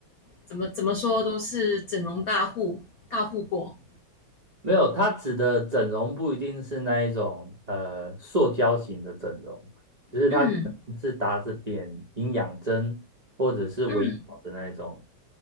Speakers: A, on the left; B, on the right.
A: 怎么怎么说都是整容大户大户国。
B: 没有，他指的整容不一定是那一种呃塑胶型的整容，只是他可能是打着点营养针或者是微调的那一种，
A: 嗯嗯